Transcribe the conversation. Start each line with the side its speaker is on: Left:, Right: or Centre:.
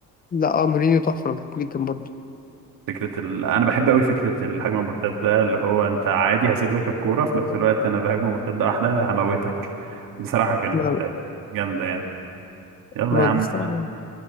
Left: لا اه مورينيو تحفه انا بحبه جدا برضه
Right: فكرة ال... أنا بحب أوي فكرة الهجمة المرتدة ده اللي هو أنت عادي هسيب لك الكورة في نفس الوقت أنا بهجمة مرتدة واحدة هموتك بصراحة كانت
Left: لا لا
Right: جامدة يعني يلا
Left: ما
Right: يا عم
Left: دي الصراحه